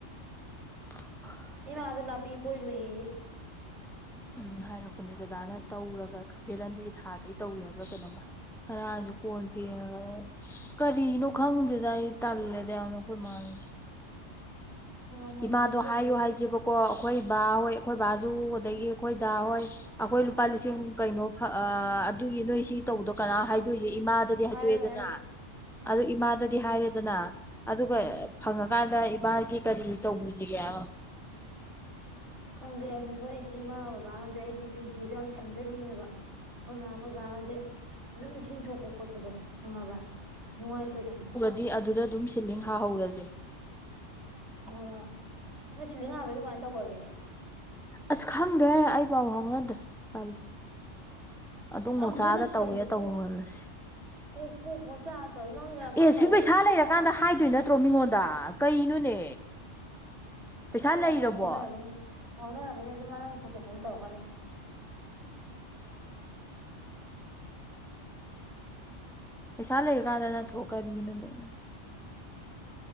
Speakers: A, in the centre; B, on the right.
A: <inaudible>
B: ꯏꯃꯥꯗ ꯅꯥꯄꯤ ꯄꯣꯏꯔꯨꯏꯌꯦ꯫
A: ꯎꯝ ꯍꯥꯏꯔꯛꯄꯅꯦ ꯗꯗꯥꯅ ꯇꯧꯔꯒ ꯚꯦꯂꯟꯗ꯭ꯔꯤ ꯊꯥꯗꯒ ꯇꯧꯋꯦ ꯍꯥꯏꯕ꯭ꯔꯥ ꯀꯩꯅꯣꯃ꯫ ꯉꯔꯥꯡꯖꯨ ꯀꯣꯟ ꯄꯦꯡ ꯀꯔꯤꯅ ꯈꯪꯗꯦꯗ ꯑꯩ ꯇꯜꯂꯦꯗ ꯌꯥꯝꯅ ꯈꫭꯏꯃꯥ ꯍꫭꯏꯁꯤ꯫
B: ꯉꯝꯃꯝꯃꯣꯏꯌꯦ
A: ꯏꯃꯥꯗꯣ
B: ꯈꯨ
A: ꯍꯥꯏꯌꯣ ꯍꯥꯏꯁꯦꯕꯀꯣ ꯑꯩꯈꯣꯏ ꯕꯥꯍꯣꯏ ꯑꯩꯈꯣꯏ ꯕꯥꯁꯨꯨ ꯑꯗꯒꯤ ꯑꯩꯈꯣꯏ ꯗꯥ ꯍꯣꯏ꯫ ꯑꯩꯈꯣꯏ ꯂꯨꯄꯥ ꯂꯤꯁꯤꯡ ꯀꯩꯅꯣ ꯐ ꯑ ꯑꯗꯨꯒꯤ ꯅꯣꯏ ꯁꯤ ꯇꯧꯕꯗꯣ ꯀꯅꯥ ꯍꯥꯏꯗꯣꯏꯁꯦ ꯏꯃꯥ ꯗꯗꯤ ꯍꯥꯏꯗꯣꯛꯑꯦꯗꯅꯥ
B: ꯍꯥꯏꯔꯣꯏ ꯍꯥꯏꯔꯣꯏ ꯎꯝ
A: ꯑꯗꫭ ꯏꯃꯥꯗꯗꯤ ꯍꯥꯏꯔꯦꯗꯅ ꯑꯗꯨꯒ
B: ꯎꯝ
A: ꯐꯪꯉꯀꯥꯟꯗ ꯏꯕꯥꯒꯤ ꯀꯔꯤ ꯇꯧꯕꯤꯁꯤꯒꯦꯕ꯫
B: ꯈꯪꯗꯦ ꯑꯝꯊꯣꯏ ꯑꯩꯗꯤ ꯏꯃꯥ ꯕꯕꯥ ꯍꯧꯖꯤꯛ ꯑꯩꯗꯤ ꯇꯦꯡꯀꯤꯗꯣ ꯌꯥꯝ ꯁꯦꯝꯖꯅꯤꯡꯉꯦꯕ꯫ ꯑꯩꯈꯣꯏ ꯃꯥ ꯑꯩꯈꯣꯏ ꯕꯥꯒꯁꯦ ꯑꯗꯨꯝ ꯏꯁꯤꯡ ꯁꯣꯛꯄ ꯈꯣꯠꯄꯗꯣ꯫ ꯈꯪꯑꯕꯥ ꯅꯨꯡꯉꯥꯏꯇꯦꯗꯅ꯫
A: ꯗꯤ ꯑꯗꯨꯗ ꯑꯗꯨꯝ ꯁꯤꯂꯤꯡ ꯍꯥꯍꯧꯔꯁꯦ꯫
B: ꯑ ꯅꯣꯏ ꯁꯤꯂꯤꯡ ꯍꯥꯕꯗꯤ ꯀꯃꯥꯏꯅ ꯇꯧꯒ꯭ꯔꯒꯦ꯫
A: ꯑꯁ ꯈꯪꯗ꯭ꯔꯦ ꯑꯩ ꯄꯥꯎ ꯐꯥꯎꯅꯗ꯭ꯔꯦ ꯇꯥꯜꯂꯤ꯫ ꯑꯗꯨꯝ
B: ꯑꯃꯨꯊꯣꯏ
A: ꯃꯣꯆꯥꯗ
B: ꯅꯪ
A: ꯇꯧꯒꯦ
B: ꯀꯔꯤ
A: ꯇꯧꯕ
B: ꯀꯣꯛ
A: ꯈꯣꯜꯂꯁꯤ꯫
B: ꯀꯣꯛ ꯀꯣꯛ ꯃꯆꯥ ꯇꯧꯏ ꯅꯪꯅ ꯑꯃ
A: ꯑꯦ
B: ꯇꯧꯋꯦ
A: ꯁꯤ ꯄꯩꯁꯥ ꯂꯩꯔꯀꯥꯟꯗ ꯍꯥꯏꯗꯣꯏ ꯅꯠꯇ꯭ꯔꯣ ꯃꯤꯉꯣꯟꯗ ꯀꯩꯅꯣꯅꯦ꯫ ꯄꯩꯁꯥ
B: ꯅꯪ ꯑꯃꯨꯛ
A: ꯂꯩꯔꯕꯣ
B: ꯐꯕ ꯐꯥꯎꯅꯔꯝꯃꯅꯤ ꯐꯥꯎꯅꯔꯝꯃꯅꯤ ꯑꯗꯨꯝ ꯅꯪ ꯄꯨꯊꯣꯛꯄ ꯑꯃ ꯇꯧꯔꯛꯀꯅꯤ꯫
A: ꯄꯩꯁꯥ ꯂꯩꯔ ꯀꯥꯟꯗ ꯅꯠꯇ꯭ꯔꯣꯛ ꯀꯔꯤꯅꫭꯅꯦ꯫